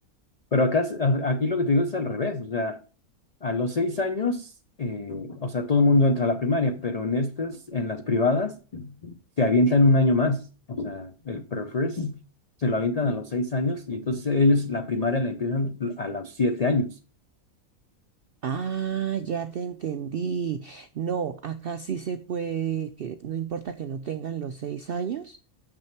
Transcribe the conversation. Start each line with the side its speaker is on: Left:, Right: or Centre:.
Left: Pero acá, es- a- aquí lo que te digo es al revés, o sea, a los seis años, eh, o sea, todo el mundo entra a la primaria, pero en estas, en las privadas, te avientan un año más, o sea, el prefres se lo avientan a los seis años y entonces ellos la primaria la empiezan a los siete años.
Right: Ah, ya te entendí. No, acá sí se puede, que no importa que no tengan los seis años,